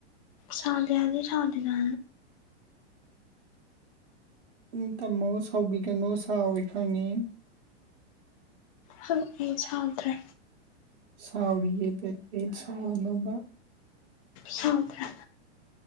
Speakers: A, on the left; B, on the right.
A: ꯁꯥꯎꯗꯦ ꯍꯥꯏꯗꯤ ꯁꯥꯎꯗꯦꯗ
B: ꯎꯪ ꯇꯝꯃꯣ ꯁꯥꯎꯕꯤꯒꯅꯨ ꯁꯥꯎꯋꯦ ꯈꯪꯉꯤ
A: ꯍꯪꯏ ꯁꯥꯎꯗ꯭ꯔꯦ
B: ꯁꯥꯎꯔꯤꯌꯦ ꯕꯦꯄꯤ ꯁꯥꯎꯅꯣꯕ
A: ꯁꯥꯎꯗ꯭ꯔꯦ